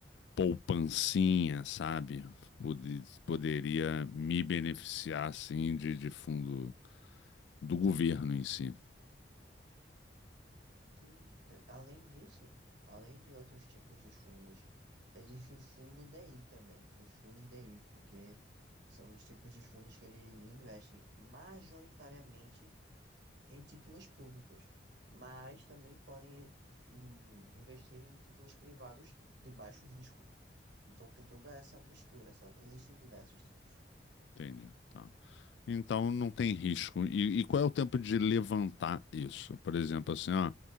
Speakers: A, on the left; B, on the right.
A: poupancinha, sabe? Pode- poderia me beneficiar, assim, de, de fundo do governo em si.
B: Sim, t- além disso, além de outros tipos de fundos, existe o fundo DI também, os fundos DI, porque são os tipos de fundos que eles investem majoritariamente em títulos públicos, mas também podem hum, investir em títulos privados de baixo risco. Então tem toda essa mistura, sabe? Existem diversos tipos.
A: Entende? Tá. Então não tem risco. E, e qual é o tempo de levantar isso? Por exemplo, assim, ó,